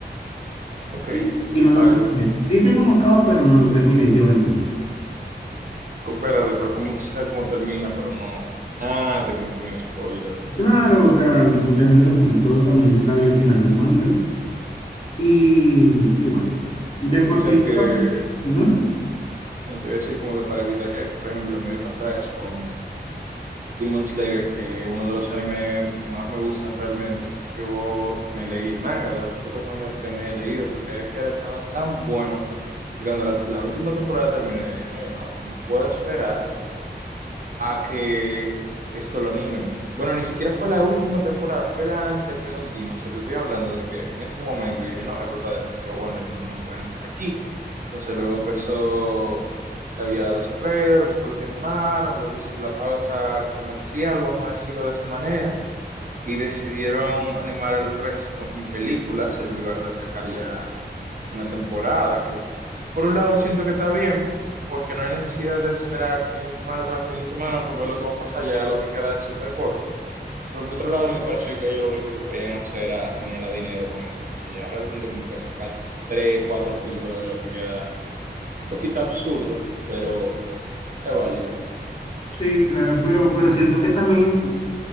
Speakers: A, on the right (about 50°); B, on the left (about 30°).
A: Ok,
B: y, y no
A: válido.
B: lo terminé. Sí sé cómo acaba, pero no lo terminé yo entonces.
A: Co- Espérate, pero ¿cómo tú sabes cómo termina? Pero no. Ah, te cometí un spoiler.
B: Claro, o sea, mucha gente lo comentó, también se sabía el final del manga y, y bueno, de por
A: Tú sabes
B: sí yo
A: que.
B: también. Ujú.
A: No, te voy a decir como que para evitar que, por ejemplo, a mí me pasara eso con Demon Slayer, que es uno de los animes que más me gustan realmente. Yo me leí el manga, de los pocos mangas que me he leído, porque es que era- estaba tan bueno. Y cuando la, la última temporada terminó, yo dije, no, yo no, yo no puedo esperar a que esto lo animen. Bueno, ni siquiera fue la última temporada, fue la antepenúltima. O sea, te estoy hablando de que en ese momento dije, no, esto está demasiado bueno, yo no, no me pueden dejar aquí. Entonces luego empezó La Villa de los Herreros, que fue lo que animaron, luego hicieron la pausa comercial, vamos a decirlo de esa manera, y decidieron animar el resto en películas en lugar de sacar ya una temporada, que por un lado siento que está bien, porque no hay necesidad de esperar fin de semana tras fin de semana para ver lo que va a pasar, ya lo que queda es súper corto, pero por otro lado me pareció que ellos lo único que querían hacer era generar dinero con eso, porque ya realmente como que sacar tres, cuatro películas de lo que queda, un poquito absurdo, pero es válido.
B: Sí, claro, pero, pero siento que también, pu-